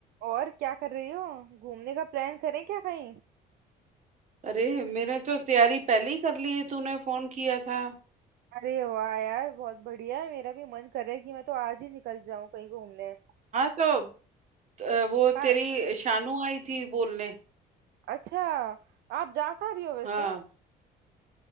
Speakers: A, on the right; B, on the right.
A: और क्या कर रही हो घूमने का प्लान करें क्या कहीं
B: अरे मैंने तो तैयारी पहले ही कर ली है तूने फोन किया था
A: अरे वाह यार बहुत बढ़िया है मेरा भी मन कर रहा है कि मैं तो आज ही निकल जाऊं कहीं घूमने
B: हाँ तो अ, वो
A: कहाँ-
B: तेरी शानू आई थी बोलने
A: अच्छा आप जा कहाँ रही हो वैसे
B: हाँ